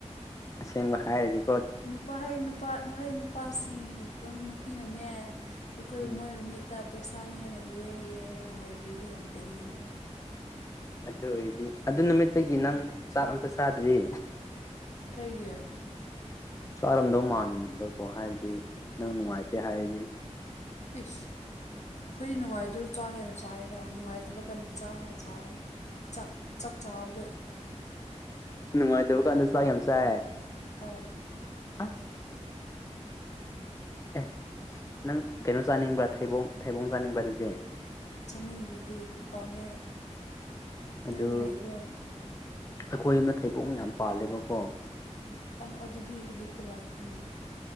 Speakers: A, on the left; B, on the left.
A: ꯑꯁꯦꯡꯕ ꯍꯥꯏꯔꯒꯦ
B: ꯅꯨꯄꯥ ꯅꯨꯄꯥ ꯅꯨꯄꯥꯍꯩ ꯅꯨꯄꯥꯁꯤꯡ ꯅꯨꯄꯤꯅꯅꯦ ꯑꯩꯈꯣꯏꯕꯨ
A: ꯎꯝ
B: ꯃꯣꯏ ꯃꯃꯤꯠꯇ ꯄꯩꯁꯥꯅꯤ ꯍꯥꯏꯅ ꯎꯑꯦ ꯍꯥꯏꯅ ꯍꯥꯏꯕꯤꯗꯤ ꯌꯥꯝ ꯄꯦꯟꯅꯒꯅꯦꯕ
A: ꯑꯗꯨ ꯑꯣꯏꯔꯗꯤ ꯑꯗꯨ ꯅꯨꯃꯤꯠꯇꯒꯤ ꯅꯪ ꯆꯥꯛ ꯑꯝꯇ ꯆꯥꯗ꯭ꯔꯤ
B: ꯀꯩꯒꯤ
A: ꯆꯔꯝꯗꯧ ꯃꯥꯟꯕꯀꯣ ꯍꯥꯏꯕꯗꯤ ꯅꯪ ꯅꯨꯡꯉꯥꯏꯇꯦ ꯍꯥꯏꯔꯗꯤ
B: ꯏꯁ ꯑꯩꯈꯣꯏꯗꯤ ꯅꯨꯡꯉꯥꯏꯗꯨꯁꯨ ꯆꯥꯛ ꯍꯦꯟꯅ ꯆꯥꯏꯗ ꯅꯨꯡꯉꯥꯏꯇꯕ ꯀꯥꯟꯗ ꯆꯥꯛ ꯍꯦꯟꯅ ꯆꯥꯕꯅꯤ ꯆꯥꯛ ꯆꯥꯛ ꯆꯥꯕꯗꯣ
A: ꯅꯨꯡꯉꯥꯏꯇꯕ ꯀꯥꯟꯗ ꯆꯥꯛ ꯌꯥꯝ ꯆꯥꯏ
B: ꯑꯥꯎ
A: ꯑꯁ ꯑꯦ ꯅꯪ ꯀꯩꯅꯣ ꯆꯥꯅꯤꯡꯕ꯭ꯔꯥ
B: ꯍꯥ
A: ꯊꯩꯕꯣꯡ ꯊꯩꯕꯣꯡ ꯆꯥꯅꯤꯡꯕ꯭ꯔꯥ ꯑꯗꯨꯗꯤ
B: ꯆꯥꯅꯤꯡꯗꯔꯗꯤ ꯄꯥꯝꯃꯦ
A: ꯑꯗꯨ
B: ꯅꯣꯏꯗꯤ ꯂꯩꯕ꯭ꯔꯣ
A: ꯑꯩꯈꯣꯏ ꯑꯃꯅ ꯊꯩꯕꯣꯛ ꯌꯥꯝ ꯄꯥꯜꯂꯦꯕꯀꯣ
B: ꯑ ꯑꯗꯨꯗꯤ ꯍꯦꯛꯄ ꯂꯥꯛꯀꯦꯅꯦ